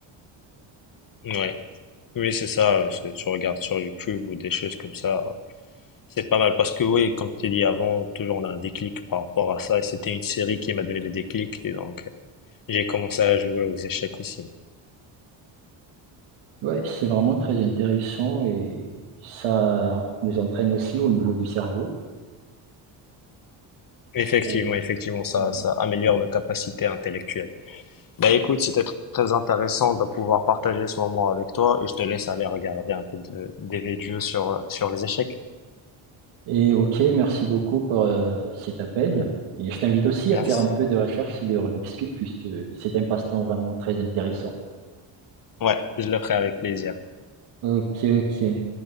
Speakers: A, on the left; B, on the right.
A: Ouais. Oui, c'est ça. c'est- Tu regardes sur YouTube ou des choses comme ça. C'est pas mal parce que oui, comme je t'ai dit avant, toujours on a un déclic par rapport à ça. Et c'était une série qui m'a donné le déclic. Et donc, euh, j'ai commencé à jouer aux échecs aussi.
B: Ouais, c'est vraiment très intéressant et ça nous entraîne aussi au niveau du cerveau.
A: Effectivement,
B: Euh,
A: effectivement, ça,
B: ouais.
A: ça améliore nos capacités intellectuelles. Bah écoute, c'était tr- très intéressant de pouvoir partager ce moment avec toi et je te laisse aller regarder un peu de, des vidéos sur, euh, sur les échecs.
B: Et ok, merci beaucoup pour euh, cet appel. Et je t'invite aussi
A: Merci.
B: à faire un peu de recherche sur le Rubik's Cube puisque c'est un passe-temps vraiment très intéressant.
A: Ouais, je le ferai avec plaisir.
B: Ok, ok.